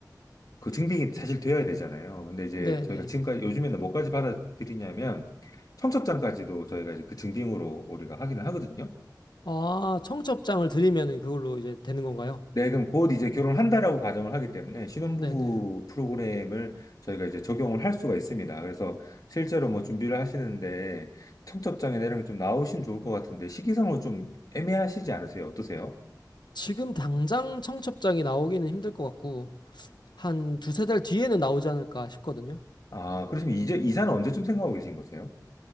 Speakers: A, on the left; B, on the left.
A: 그 증빙이 사실 되어야 되잖아요. 근데 이제
B: 네네.
A: 저희가 지금까지 요즘에는 뭐까지 받아들이냐면 청첩장까지도 저희가 이제 그 증빙으로 우리가 확인을 하거든요.
B: 아, 청첩장을 드리면은 그걸로 이제 되는 건가요?
A: 네, 그럼 곧 이제 결혼한다라고 가정을 하기 때문에 신혼부부
B: 네네.
A: 프로그램을 저희가 이제 적용을 할 수가 있습니다. 그래서 실제로 뭐 준비를 하시는데 청첩장이나 이런 게 좀 나오시면 좋을 것 같은데 시기상으로 좀 애매하시지 않으세요? 어떠세요?
B: 지금 당장 청첩장이 나오기는 힘들 것 같고, 한 두세 달 뒤에는 나오지 않을까 싶거든요.
A: 아, 그러시면 이제 이사는 언제쯤 생각하고 계신 거세요?